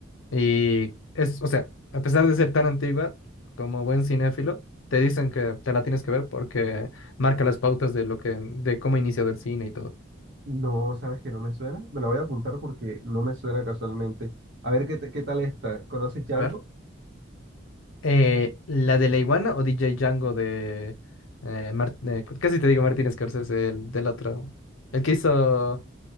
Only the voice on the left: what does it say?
Y es, o sea, a pesar de ser tan antigua, como buen cinéfilo, te dicen que te la tienes que ver porque marca las pautas de lo que, de cómo ha iniciado el cine y todo.
A ver. Eh, ¿la de la iguana o DJ Django de... eh, Mar- eh, casi te digo Martin Scorsese, el del otro. El que hizo